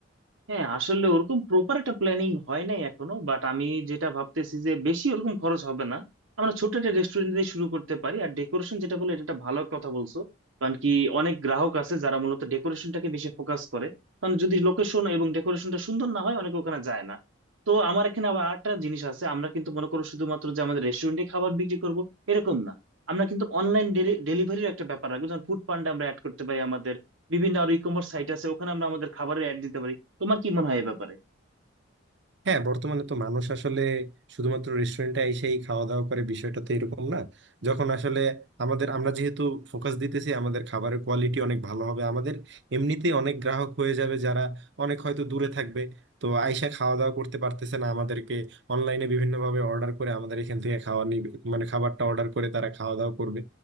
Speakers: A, on the right; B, on the right.
A: হ্যাঁ আসলে ওরকম প্রপার একটা প্ল্যানিং হয় নাই এখনো বাট আমি যেটা ভাবতেছি যে বেশি ওরকম খরচ হবে না আমরা ছোট একটা রেস্টুরেন্ট দিয়ে শুরু করতে পারি আর ডেকোরেশন যেটা বলে এটা একটা ভালো কথা বলছো কারণ কি অনেক গ্রাহক আছে যারা মূলত ডেকোরেশনটাকে বেশি ফোকাস করে কারণ যদি লোকেশন এবং ডেকোরেশনটা সুন্দর না হয় অনেকে ওখানে যায় না তো আমার এখানে আবার আরেকটা জিনিস আছে আমরা কিন্তু মনে করো শুধুমাত্র যে আমাদের রেস্টুরেন্টে খাবার বিক্রি করব এরকম না আমরা কিন্তু অনলাইন ডেলিভারির একটা ব্যাপার রাখবো যেমন ফুড পান্ডা আমরা অ্যাড করতে পারি আমাদের বিভিন্ন আর ই কমার্স সাইট আছে ওখানে আমরা আমাদের খাবারের অ্যাড দিতে পারি তোমার কি মনে হয় এ ব্যাপারে
B: হ্যাঁ বর্তমানে তো মানুষ আসলে শুধুমাত্র রেস্টুরেন্টে এসেই খাওয়া দাওয়া করে বিষয়টা তো এরকম না যখন আসলে আমাদের আমরা যেহেতু ফোকাস দিতেছি আমাদের খাবারের কোয়ালিটি অনেক ভালো হবে আমাদের এমনিতেই অনেক গ্রাহক হয়ে যাবে যারা অনেক হয়তো দূরে থাকবে তো আইসা খাওয়া দাওয়া করতে পারতেছে না আমাদেরকে অনলাইনে বিভিন্নভাবে অর্ডার করে আমাদের এখান থেকে খাওয়া নিবে মানে খাবারটা অর্ডার করে তারা খাওয়া দাওয়া করবে